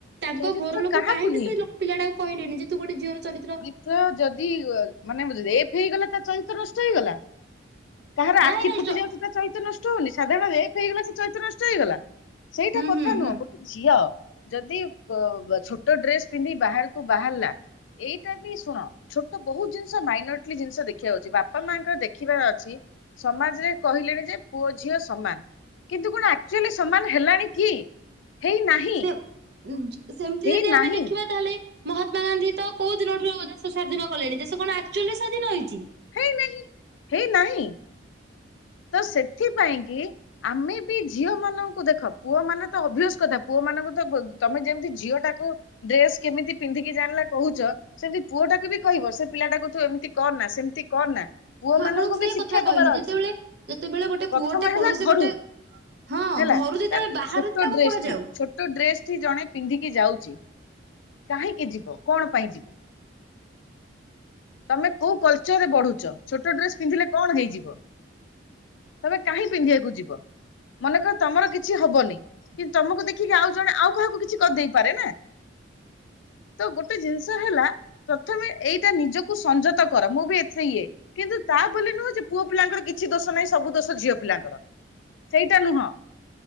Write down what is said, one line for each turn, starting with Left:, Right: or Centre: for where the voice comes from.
Right: ତାଙ୍କ
Left: ଚରିତ୍ର
Right: ଘର ଲୋକ
Left: କାହାକୁ
Right: କାହିଁକି
Left: ନେଇକି
Right: ସେ ପିଲାଟାକୁ କହିଲେନି? ଯେ ତୁ ଗୋଟେ ଝିଅର ଚରିତ୍ର
Left: ତ ଯଦି ମାନେ ରେଫ୍ ହେଇଗଲା ତା ଚରିତ୍ର ନଷ୍ଟ ହେଇଗଲା। କାହାର
Right: ନାଇଁ
Left: ଆଖି
Right: ନାଇଁ
Left: ଫୁଟି
Right: ଚ
Left: ଯାଉଛି ତା ଚରିତ୍ର ନଷ୍ଟ ହଉନି। ସାଧାରଣ ରେ ହେଇଗଲା ସେ ଚରିତ୍ର ନଷ୍ଟ ହେଇଗଲା ସେଇଟା
Right: ହୁଁ
Left: କଥା
Right: ହୁଁ
Left: ନୁହଁ
Right: ହୁଁ।
Left: ଗୋଟେ ଝିଅ ଯଦି <unintelligible> ଛୋଟୋ ଡ୍ରେସ୍ ପିନ୍ଧି ବାହାରୁକୁ ବାହାରିଲା ଏଇଟା ବି ଶୁଣ ଛୋଟୋ ବୋହୁତ ଜିନିଷ ମାଇଁନଟଲି ଜିନିଷ ଦେଖିବାର ଅଛି ବାପା ମାଙ୍କର ଦେଖିବାର ଅଛି। ସମାଜରେ କହିଲେଣି ଯେ ପୁଅ ଝିଅ ସମାନ। କିନ୍ତୁ କଣ ଆକ୍ଚୋଲି ସମାନ ହେଲାଣି କି? ହେଇ ନାହିଁ
Right: ସେ ଉଁ ସେମିତି
Left: ହେଇ
Right: ଯଦି ଆମେ
Left: ନାହିଁ
Right: ଦେଖିବା ତାହେଲେ ମହାତ୍ମା ଗାନ୍ଧୀ ତ କୋଉ ଦିନ ଠାରୁ ଦେଶ ସ୍ଵାଧୀନ କଲେଣି ଦେଶ କଣ ଆକ୍ଚୋଲି ସ୍ଵାଧୀନ ହେଇଛି।
Left: ହେଇନାହିଁ ହେଇନାହିଁ ତ ସେଥିପାଇଁ କି ଆମେ ବି ଝିଅ ମାନଙ୍କୁ ଦେଖ ପୁଅ ମାନେ ତ ଅଭ୍ୟସ କଥା ପୁଅ ମାନଙ୍କୁ ତ ତମେ ଯେମ ତି ଝିଅ ଟାକୁ ଡ୍ରେସ କେମିତି ପିନ୍ଧିକି ଜାଣିଲା କୋହୁଚ ସେମିତି ପୁଅ ଟାକୁ ବି କହିବ ସେ ପିଲାଟାକୁ ତୁ ଏମିତି କର ନା ସେମିତି କର ନା ପୁଅ
Right: ମୁଁ
Left: ମାନଙ୍କୁ
Right: ଆପଣଙ୍କୁ ସେଇ
Left: ବି ଶିକ୍ଷା
Right: କଥା
Left: ଦବାର
Right: କହିଲି ଯେତେବେଳେ
Left: ଅଛି
Right: ଯେତେବେଳେ ଗୋଟେ
Left: ପ୍ରଥମେ
Right: ପୁଅଟେ
Left: ହେଲା
Right: କୌଣସି
Left: ଘରୁ।
Right: ଗୋଟେ ହଁ
Left: ହେଲା
Right: ଘରୁ ଯେତେବେଳେ
Left: ତାପରେ
Right: ବାହାରୁଛି
Left: ଛୋଟୋ
Right: ତାକୁ
Left: ଡ୍ରେସ
Right: କୁହାଯାଉ
Left: ଟି ଛୋ ଟୋ ଡ୍ରେସଟି ଜଣେ ପିନ୍ଧିକି ଯାଉଚି କାହିଁକି ଯିବ? କଣ ପାଇଁ ଯିବ ତମେ କୋଉ କଲ୍ <unintelligible> ବଢୁଚ ଛୋଟୋ ଡ୍ରେସ ପିନ୍ଧିଲେ କଣ ହେଇଯିବ। ତମେ କାହିଁ ପିନ୍ଧିବାକୁ ଯିବ। ମନେକର ତମର କିଛି ହବନି କିନ୍ତୁ ତମକୁ ଦେଖିକି ଆଉ ଜଣେ ଆଉ କାହାକୁ କିଛି କରିଦେଇ ପାରେ ନା। ତ ଗୋଟେ ଜିନିଷ ହେଲା ପ୍ରଥମେ ଏଇଟା ନିଜକୁ ସଂଯତ କର। ମୁଁ ବି ଏଥିରେ ଇଏ କିନ୍ତୁ ତା ବୋଲି ନୁହଁ ଯେ ପୁଅ ପିଲାଙ୍କର କିଛି ଦୋଷ ନାହିଁ ସବୁ ଦୋଷ ଝିଅ ପିଲା ଙ୍କର ସେଇଟା ନୁହଁ।